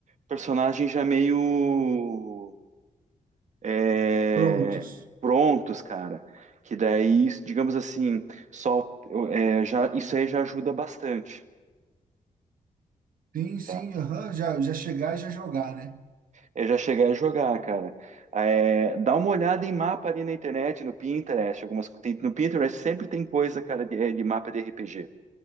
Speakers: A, on the right (about 60°); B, on the right (about 85°).
A: personagens já meio é,
B: Prontos.
A: prontos, cara. Que daí, digamos assim, só é, já, isso aí já ajuda bastante,
B: Sim, sim,
A: tá?
B: aham. Já, já chegar e já jogar, né?
A: É já chegar a jogar, cara. É, dá uma olhada em mapa ali na internet, no Pinterest, algumas tem- no Pinterest sempre tem coisa, cara, de, é, de mapa de RPG,